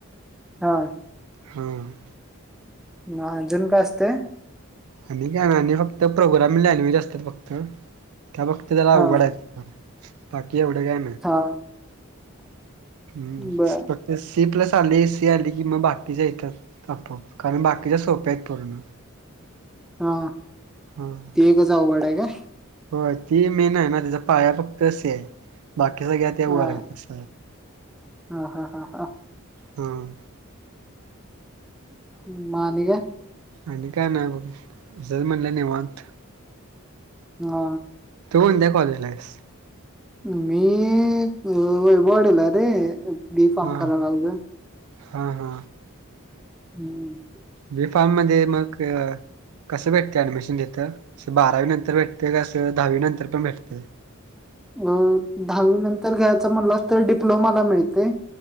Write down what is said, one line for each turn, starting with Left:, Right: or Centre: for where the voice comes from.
Centre: हा
Right: हम
Centre: हजुून काय असते
Right: आणि आणि फक्त प्रोग्राम लॅन्वेज असतात फक्त त्या फक्त त्याला
Centre: हा
Right: अवघड आहेच बाकी एवढे का
Centre: हा
Right: हम्म
Centre: बर
Right: सी प्लस आली ए सी आली की मग बाकीच्या येतात त कारण बाकीच्या सोप्या आहेत पूर्ण
Centre: हा
Right: हम
Centre: क जाऊघडाय काय
Right: हो ती मी आहे मझ त्याचा पाया फक्त असे आहे बाकी सगळ्या तेव
Centre: हा
Right: आहेतस
Centre: हा हा हा हा
Right: हम्
Centre: ् मा निग
Right: आणि काय ना जल म्हणलं निवत
Centre: हा
Right: तू म्हण द्या कॉलेजलास
Centre: मी वैभडल रे डी फारम
Right: हा
Centre: कराय लागलो
Right: हा हम
Centre: हम्म
Right: बी फार्म मध्ये मग कसं भेटते ऍडमिशन देत असं बारावी नंतर भेटते तेसं दहावी नंतर पण भेटतं
Centre: अ दहावी नंतर घ्यायच म्हणलं तर डिप्लोमाला मिळते